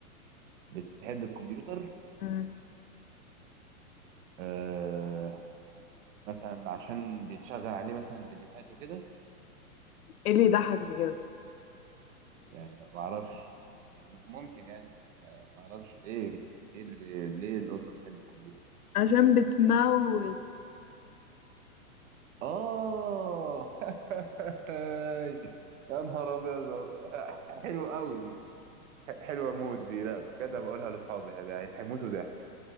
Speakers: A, on the right; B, on the left.
A: بتحب الكمبيوتر
B: مم.
A: آه مثلا عشان بيتشغل عليه مثلا فيديوهات وكده
B: ايه اللي يضحك في كده
A: يعني ما ما اعرفش يعني ممكن يعني آه ما اعرفش ايه ايه اللي بي... ليه القطة بتحب الكمبيوتر
B: عشان بتموز
A: آه <laughs> يا نهار أبيض حلوة أوي دي ح- حلوة مود دي لا بجد هبقولها لأصحابي هد- هيموتوا ضحك